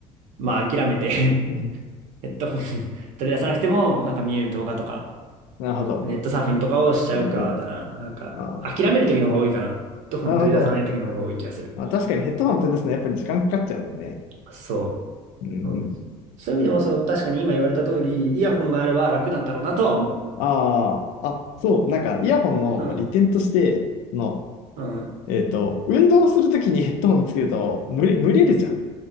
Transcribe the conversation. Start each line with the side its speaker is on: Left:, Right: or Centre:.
Right: まあ、諦めて <laughs>
Left: うんうん
Right: ヘッドホン <laughs> 取り出さなくても、なんか見える動画とか、
Left: なるほど。
Right: ネットサーフィンとかをしちゃうか、
Left: うん、うん、
Right: だな。なんか、
Left: ああ、
Right: 諦める時の方が多いかな。ヘッドホン取り出さない時の方が多い気がする。
Left: なるほど。まあ確かにヘッドホンってですね、やっぱり時間かかっちゃうもんね。
Right: そ
Left: うん、うん。
Right: う。うん、そういう意味でも、その、確かに今言われた通り、イヤホンがあれば楽なんだろうなとは思
Left: ああ、あ、そう、なんかイヤホンのまあ利点として、
Right: う。うん。
Left: その
Right: うん。
Left: えっと、運動するときにヘッドホンつけると、蒸れ、蒸れるじゃん。